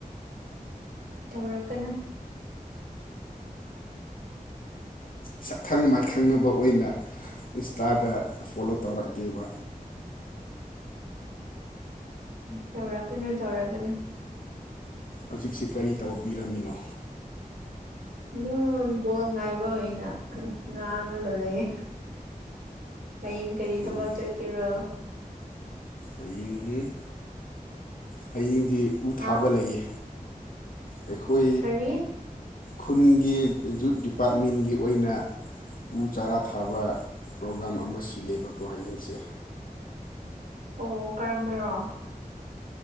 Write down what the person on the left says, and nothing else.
ꯁꯛꯈꯪ ꯃꯥꯏꯈꯪꯅꯕ ꯑꯣꯏꯅ ꯏꯟꯁꯇꯥꯗ ꯐꯣꯂꯣ ꯇꯧꯔꯛꯀꯦꯕ
ꯍꯧꯖꯤꯛꯁꯤ ꯀꯔꯤ ꯇꯧꯕꯤꯔꯝꯃꯤꯅꯣ
ꯎꯝ
ꯍꯌꯤꯡ ꯍꯌꯤꯡꯗꯤ ꯎ
ꯊꯥꯕ ꯂꯩꯌꯦ ꯑꯩꯈꯣꯏ
ꯈꯨꯟꯒꯤ ꯖꯨꯠ ꯗꯤꯄꯥꯠꯃꯦꯟꯒꯤ ꯑꯣꯏꯅ ꯎ ꯆꯥꯔꯥ ꯊꯥꯕ ꯄ꯭ꯔꯣꯒꯥ꯭ꯔꯝ ꯑꯃ ꯁꯤꯜꯂꯦꯕꯀꯣ ꯍꯌꯦꯡꯁꯦ